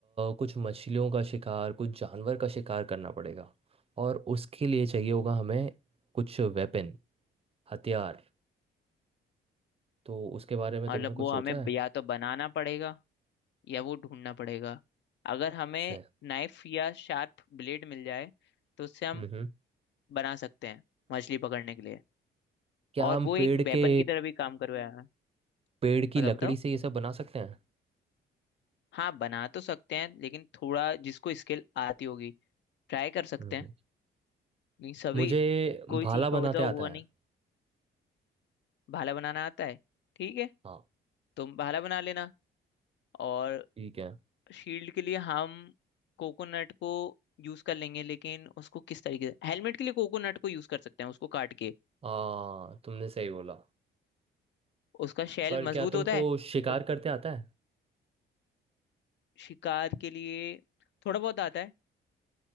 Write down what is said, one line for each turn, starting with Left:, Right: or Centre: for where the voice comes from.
Right: कुछ मछलियों का शिकार कुछ जानवर का शिकार करना पड़ेगा और उसके लिए चाहिए होगा हमें कुछ वेपन हथियार तो उसके बारे में
Left: मतलब
Right: तुमने कुछ
Left: वो
Right: सोचा
Left: हमें
Right: है
Left: या तो बनाना पड़ेगा या वो ढूंढना पड़ेगा अगर हमें
Right: से
Left: नाइफ या शार्प ब्लेड मिल जाए तो उससे हम
Right: हम्म
Left: बना सकते हैं मछली पकड़ने के लिए
Right: क्या
Left: और
Right: हम
Left: वो
Right: पेड़
Left: एक वेपन
Right: के
Left: की तरह भी काम करवाया
Right: पेड़ की
Left: पता
Right: लकड़ी
Left: बताओ
Right: से ये सब बना सकते हैं
Left: हाँ बना तो सकते हैं लेकिन थोड़ा जिसको स्किल आती होगी ट्राई कर सकते
Right: हम्म।
Left: हैं नहीं सभी
Right: मुझे
Left: कोई
Right: भाला
Left: सीखा
Right: बनाते
Left: होता होगा
Right: आता है
Left: नहीं भाला बनाना आता है ठीक है
Right: हाँ
Left: तुम भाला बना लेना और
Right: ठीक है
Left: शील्ड के लिए हम कोकोनट को यूज कर लेंगे लेकिन उसको किस तरीके से हेलमेट के लिए कोकोनट को यूज कर सकते हैं उसको काट के
Right: आ तुमने सही बोला
Left: उसका शेल
Right: पर
Left: मजबूत
Right: क्या तुमको
Left: होता है
Right: शिकार
Left: तो
Right: करते आता है
Left: शिकार के लिए थोड़ा बहुत आता है